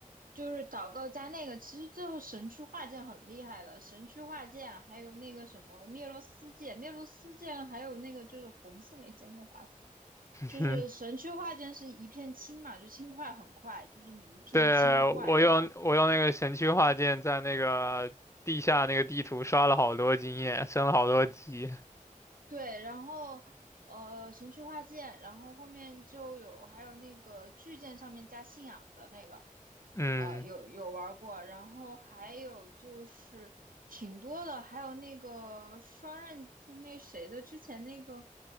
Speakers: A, on the right; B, on the left.
A: 就是祷告加那个，其实最后神区化剑很厉害的，神区化剑还有那个什么灭罗斯剑，灭罗斯剑还有那个就是红色那剑叫啥？
B: <laughs>
A: 就是神区化剑是一片青嘛，
B: 嗯，
A: 就青块很快，就是你一片青怪的话，
B: 对，我用我用那个神区画剑在那个地下那个地图刷了好多经验，升了好多级。
A: 对，然后呃神区化剑，然后后面就有还有那个巨剑上面加信仰的那个。
B: 嗯
A: 呃，有有玩过，然后还有就是挺多的，还有那个双刃，就那谁的之前那个，